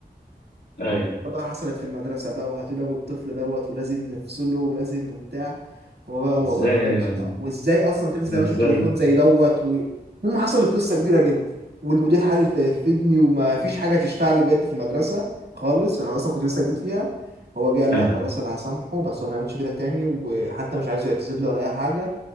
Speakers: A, on the left; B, on the right.
A: ايوه
B: بقى حصلت في المدرسة بقى وهتلاقوا الطفل دوت ولازم نفصله ولازم وبتاع هو بقى قال له
A: ازاي
B: والله ما كانش
A: ايوه
B: وازاي اصلا تمسك ده
A: ازاي
B: ماشي بتليفون زي دوت و- المهم حصلت قصة كبيرة جدا والمدير حالف لا يرفدني وما فيش حاجة تشفع لي بجد في المدرسة خالص انا اصلا كنت لسه جديد فيها هو جه قال
A: ايوه
B: لا خلاص انا هسامحه بس هو ما يعملش كده تاني وحتى مش عايزه يعتذر له ولا اي حاجة